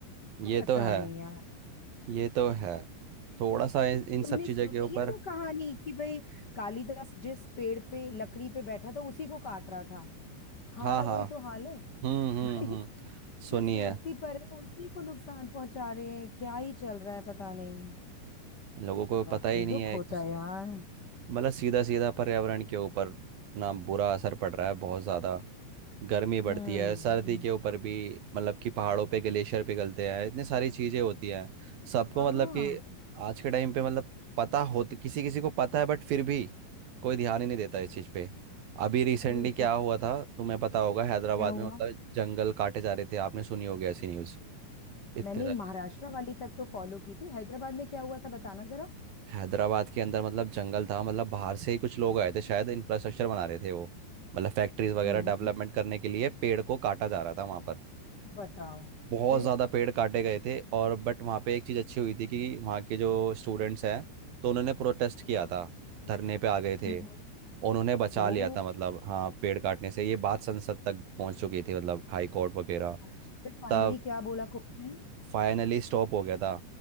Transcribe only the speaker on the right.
ये
तो है
ये तो है थोड़ा सा इन इन
सब चीज़ों
के ऊपर
हाँ हाँ
हम्म हम्म
हम्म सुनिए
लोगों को
पता ही नहीं
है
एक दूसरे
मतलब सीधा सीधा पर्यावरण के ऊपर ना बुरा असर पड़ रहा है बहुत ज़्यादा गर्मी बढ़ती
है सर्दी के ऊपर भी मतलब कि पहाड़ों पे ग्लेशियर पिघलते हैं इतनी सारी चीजें होती हैं सबको
मतलब कि आज के टाइम पे मतलब पता होती किसी किसी को पता है बट फिर भी कोई ध्यान ही नहीं देता इस चीज पे अभी रिसेंटली
क्या
हुआ था तुम्हें पता होगा हैदराबाद
में मतलब जंगल काटे जा रहे थे आपने सुनी होगी ऐसी न्यूज इतने
ज्यादा-
हैदराबाद के अंदर मतलब जंगल था मतलब बाहर से ही कुछ लोग आए थे शायद इंफ्रास्ट्रक्चर बना रहे थे वो मतलब फैक्ट्रीज वगैरह
डेवलपमेंट करने के लिए पेड़ को काटा जा रहा था वहां पर
बहुत
ज़्यादा पेड़ काटे गए थे और बट वहाँ पे एक चीज़ अच्छी हुई थी कि वहाँ के जो स्टूडेंट्स हैं तो उन्होंने प्रोटेस्ट किया था धरने पे आ गए थे
उन्होंने बचा
लिया था मतलब हाँ पेड़ काटने से ये बात संसद तक पहुँच चुकी थी मतलब हाई कोर्ट वगैरह
तब
फाइनली स्टॉप हो गया था